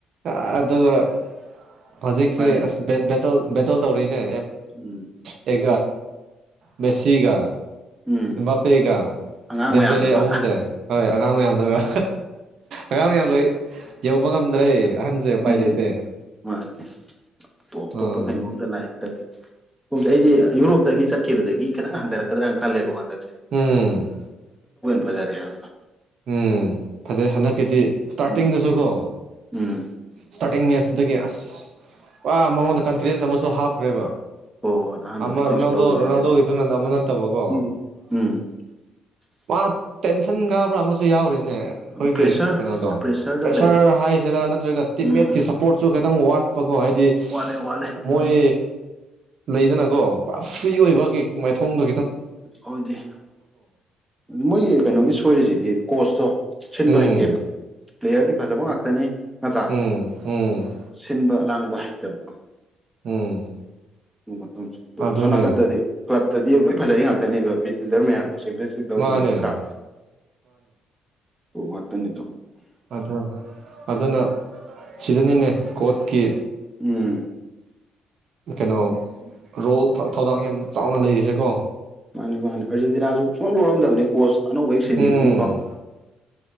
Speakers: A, on the right; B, in the centre.
A: ꯑꯗꯨꯒ ꯍꯧꯖꯤꯛꯁꯦ
B: ꯃꯥꯅꯦ
A: ꯑ ꯕ ꯇꯧꯔꯤ ꯅꯦ
B: ꯎꯝ
A: ꯑꯦ ꯃꯦꯁꯤꯒ
B: ꯎꯝ
A: ꯕꯥꯄꯦꯒ
B: ꯑꯉꯥꯡ
A: ꯗꯦꯝꯕꯦꯂꯦ
B: ꯃꯌꯥꯝꯗꯨꯒ
A: ꯑꯍꯨꯝꯁꯦ ꯍꯣꯏ ꯑꯉꯥꯡ ꯃꯌꯥꯝꯗꯨꯒ ꯑꯉꯥꯡ ꯃꯌꯥꯝ ꯂꯩ ꯌꯧꯕ ꯉꯝꯗ꯭ꯔꯦ ꯑꯍꯟꯁꯦ ꯎꯄꯥꯏ
B: ꯎꯝ
A: ꯂꯩꯇꯦ
B: ꯃꯥꯅꯦ ꯇꯣꯞ
A: ꯑ
B: ꯇꯣꯞꯄ
A: ꯎꯝ
B: ꯀꯩꯅꯣꯝꯗ ꯂꯥꯛꯑꯦ ꯍꯟꯗꯛꯇꯤ ꯄꯨꯝꯁꯦ ꯑꯩꯗꯤ ꯌꯨꯔꯣꯞꯇꯒꯤ ꯆꯠꯈꯤꯕꯗꯒꯤ ꯈꯤꯇꯪ ꯍꯟꯊꯔꯛꯀꯗ꯭ꯔꯥꯅ ꯈꯜꯂꯦꯕꯀꯣꯟꯗ
A: ꯎꯝ
B: ꯖꯔꯦ
A: ꯎꯝ ꯐꯖꯩ ꯍꯟꯗꯛꯀꯤꯗꯤ ꯏꯁꯇꯥꯔꯇꯤꯡꯗꯁꯨꯀꯣ
B: ꯎꯝ ꯎꯝ
A: ꯏꯁꯇꯥꯔꯇꯤꯡ ꯁꯤꯗꯒꯤ ꯑꯁ ꯋꯥ ꯃꯉꯣꯟꯗ ꯀꯟꯐꯤꯗꯦꯟꯁ ꯑꯃꯁꯨ ꯍꯥꯞꯈ꯭ꯔꯦꯕ
B: ꯍꯣꯏ ꯍꯣꯏ ꯑꯍꯥꯟꯕ
A: ꯑꯃ
B: ꯍꯦꯇ꯭ꯔꯤꯛꯁꯨ
A: ꯔꯣꯅꯥꯜꯗꯣ
B: ꯂꯧꯈꯤꯕꯅꯤꯅ
A: ꯔꯣꯅꯥꯜꯗꯣꯒꯤꯗ ꯑꯃ ꯅꯠꯇꯕꯀꯣ
B: ꯎꯝ <unintelligible>
A: ꯃꯥ ꯇꯦꯟꯁꯟ ꯀꯥꯕ꯭ꯔꯥ ꯑꯃꯁꯨ ꯌꯥꯎꯔꯤ ꯑꯩꯈꯣꯏꯒꯤ
B: ꯄ꯭ꯔꯦꯁꯔ
A: ꯀꯩꯅꯣꯗꯣ
B: ꯄ꯭ꯔꯦꯁꯔꯗ
A: ꯄ꯭ꯔꯦꯁꯔ
B: ꯂꯩ
A: ꯍꯥꯏꯁꯤꯔꯥ ꯅꯠꯇ꯭ꯔꯒ ꯇꯤꯝꯃꯦꯠꯀꯤ
B: ꯎꯝ
A: ꯁꯞꯄꯣꯔꯠꯁꯨ ꯈꯤꯇꯪ ꯋꯥꯠ ꯄꯀꯣ ꯍꯥꯏꯗꯤ
B: ꯋꯥꯠꯂꯦ ꯋꯥꯠꯂꯦ
A: ꯃꯣꯏ ꯂꯩꯗꯅꯀꯣ ꯄꯨ ꯐ꯭ꯔꯤ ꯑꯣꯏꯕ ꯀꯦꯛ ꯃꯥꯏꯊꯣꯡꯗꯨ
B: ꯑꯣꯏꯗꯤ ꯃꯣꯏꯒꯤ ꯀꯩꯅꯣꯒꯤ ꯁꯣꯏꯔꯤꯁꯤꯗꯤ ꯀꯣꯁꯇꯣ ꯁꯤꯟꯕ
A: ꯎꯝ
B: ꯍꯩꯇꯦꯕ ꯄ꯭ꯂꯦꯌꯔꯗꯤ ꯐꯖꯕ ꯉꯥꯛꯇꯅꯤ ꯅꯠꯇ꯭ꯔꯥ
A: ꯎꯝ ꯎꯝ
B: ꯁꯤꯟꯕ ꯂꯥꯡꯕ ꯍꯩꯇꯕ
A: ꯎꯝ
B: ꯑꯗꯣ
A: ꯑꯗꯨꯅꯦ
B: ꯑꯁꯣꯝ ꯅꯥꯀꯟꯗꯗꯤ ꯀ꯭ꯂꯞꯇꯗꯤ ꯂꯣꯏ ꯐꯖꯔꯤ ꯉꯥꯛꯇꯅꯦꯕ ꯃꯤꯠ ꯐꯤꯜꯗꯔ ꯃꯌꯥꯝꯁꯦ ꯇꯣꯁꯕꯦꯟ ꯇꯧꯔꯤꯅꯤ
A: ꯃꯥꯅꯦ
B: ꯅꯠꯇ꯭ꯔꯥ ꯇꯣ ꯉꯥꯛꯇꯅꯤꯗꯣ
A: ꯑ ꯑꯗꯨꯅ ꯁꯤꯗꯅꯤꯅꯦ ꯀꯣꯆꯀꯤ
B: ꯎꯝ
A: ꯀꯩꯅꯣ ꯔꯣꯜ ꯊꯧꯗꯥꯡ ꯌꯥꯝ ꯆꯥꯎꯅ ꯂꯩꯔꯤꯁꯦꯀꯣ
B: ꯃꯥꯅꯦ ꯃꯥꯅꯤ ꯑꯔꯖꯦꯟꯇꯤꯅꯥꯁꯨ ꯁꯨꯡꯂ ꯂꯧꯔꯝꯗꯕꯅꯤ ꯀꯣꯆ ꯑꯅꯧꯕ ꯍꯦꯛ ꯁꯤꯟꯈꯤꯕꯅꯤꯀꯣ
A: ꯎꯝ